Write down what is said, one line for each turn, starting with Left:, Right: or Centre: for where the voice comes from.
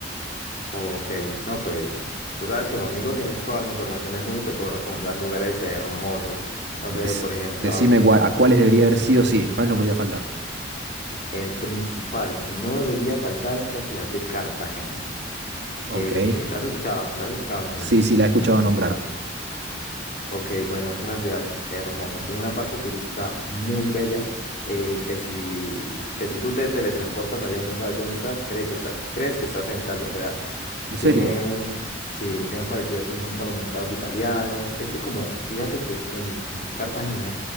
Left: ok, no pues, tú sabes que conmigo tienes toda la información del mundo y te puedo recomendar lugares hermosos. No
Right: Des-
Left: sé, por ejemplo,
Right: decime
Left: a ver,
Right: cua- a cuáles debería haber sí o sí, cuáles no podía faltar.
Left: el principal que no debería faltar es la ciudad de Cartagena.
Right: Ok,
Left: Eh, ¿la has escuchado? ¿La has escuchado, me imagino?
Right: sí, sí, la he escuchado nombrar.
Left: Ok, bueno, es una ciudad hermosa, tiene una parte turística muy bella, eh, que si, que si tú te teletransportas allá y no sabes dónde estás, cree que está- crees que estás en Italia, o sea...
Right: ¿En
Left: Tiene
Right: serio?
Left: un, sí, tiene un parecido así mucho a los mercados italianos. Es que como, fíjate que en, en Cartagena